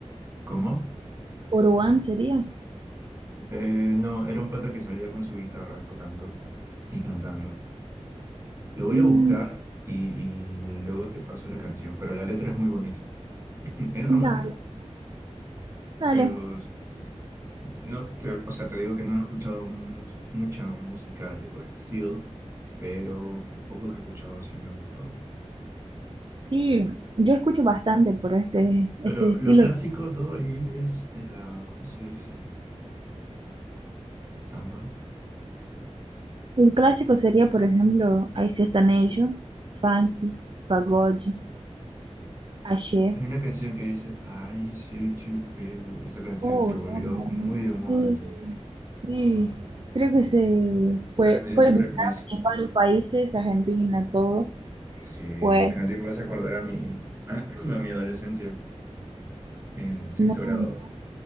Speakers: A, on the right; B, on the right.
A: ¿Cómo?
B: ¿Oruan sería?
A: Eh, no, era un pata que salía con su guitarra tocando y cantando. Lo voy
B: Mm,
A: a buscar y, y luego te paso la canción, pero la letra es muy bonita. <clears throat> Es
B: dale,
A: romántica,
B: dale,
A: pero no, te- o sea, te digo que no he escuchado mus- mucha música de Brasil, pero lo poco que he escuchado sí me ha gustado.
B: Sí, yo escucho bastante por este,
A: Pero
B: este estilo.
A: lo clásico de todo ahí es de la, ¿cómo se dice? Samba.
B: El clásico sería, por ejemplo, hay sertanejo, funk, pagode, axé.
A: Hay una canción que dice, Ay, soy chupeu. Esa canción
B: Oh,
A: se volvió
B: no, no.
A: muy de moda
B: Sí,
A: aquí.
B: sí. Creo que se
A: Esa
B: fue,
A: canción
B: fue
A: siempre
B: viral
A: me hace,
B: en varios países, Argentina, todo.
A: Sí, esa
B: Pues,
A: canción me hace acordar a mi, <clears throat> a mi adolescencia en sexto
B: no,
A: grado.
B: no,